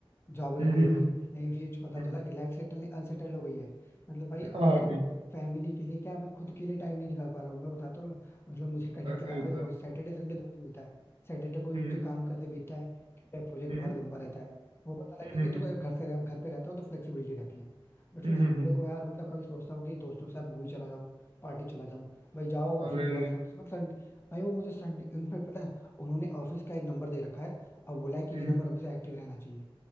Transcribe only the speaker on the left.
जॉब लग
गई
भाई लेकिन फिर पता
चला कि लाइफ सेटल अनसेटल्ड हो गई है मतलब भाई
अभी तुम
फैमिली के लिए क्या अभी खुद के लिए टाइम नहीं निकाल पा रहा हूँ मैं बताता रहा हूँ मतलब मुझे कटिंग
करा
अभी
देखो
सैटरडे संडे दो दिन मिलता है सैटरडे को भी
मुझे काम करते बीतता है क्योंकि प्रोजेक्ट
बहुत लंबा रहता है वो पता लगे
कि तो
अगर घर से रह, घर पे रहता हूँ तो फ्लेक्सिबिलिटी रहती है बट
फिर संडे
को यार मतलब कभी सोचता हूँ कि दोस्तों के साथ मूवी चला जाऊँ पार्टी चला जाऊँ भाई जाओ उसी
में बहुत फोन मतलब संडे भाई वो मुझे संडे इनफेक्ट पता है उन्होंने ऑफिस का एक नंबर दे रखा है और बोला है कि
ये नंबर हमेशा एक्टिव रहना चाहिए